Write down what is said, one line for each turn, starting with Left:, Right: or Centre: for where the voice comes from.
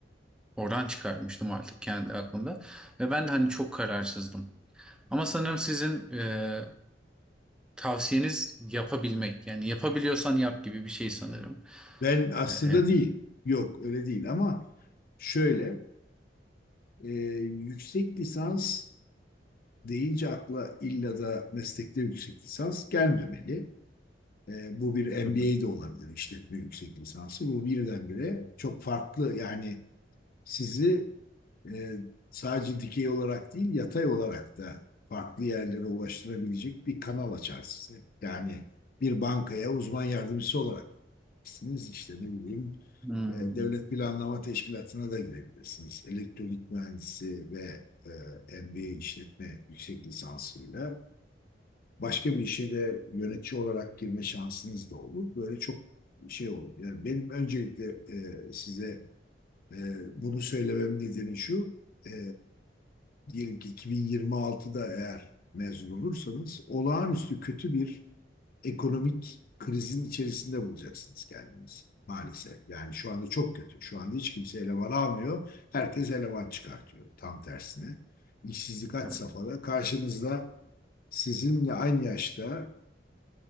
Centre: oran çıkarmıştım artık kendi aklımda. Ve ben de hani çok kararsızdım. Ama sanırım sizin e, tavsiyeniz yapabilmek. Yani yapabiliyorsan yap gibi bir şey sanırım.
Left: Ben aslında
Centre: E, her...
Left: değil. Yok öyle değil ama şöyle e, yüksek lisans deyince akla illa da meslekte yüksek lisans gelmemeli. E, bu bir MBA
Centre: Hı hı.
Left: de olabilir işletme yüksek lisansı. Bu birdenbire çok farklı yani sizi e, sadece dikey olarak değil yatay olarak da farklı yerlere ulaştırabilecek bir kanal açar size. Yani bir bankaya uzman yardımcısı olarak girebilirsiniz. işte ne bileyim
Centre: Hmm.
Left: e, Devlet Planlama Teşkilatı'na da girebilirsiniz. Elektronik mühendisi ve e, MBA işletme yüksek lisansıyla başka bir işe de yönetici olarak girme şansınız da olur. Böyle çok şey olur. Yani benim öncelikle e, size e, bunu söylemem nedeni şu. E, diyelim ki 2026'da eğer mezun olursanız olağanüstü kötü bir ekonomik krizin içerisinde bulacaksınız kendinizi. Maalesef. Yani şu anda çok kötü. Şu anda hiç kimse eleman almıyor. Herkes eleman çıkartıyor. Tam tersine. İşsizlik had
Centre: Evet,
Left: safhada. Karşınızda sizinle aynı yaşta